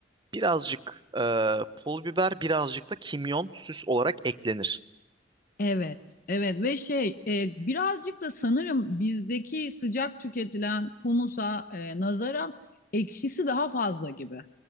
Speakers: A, on the right; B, on the left.
A: birazcık e, pul biber, birazcık da kimyon süs olarak eklenir.
B: Evet, evet ve şey e, birazcık da sanırım bizdeki sıcak tüketilen humusa e, nazaran ekşisi daha fazla gibi,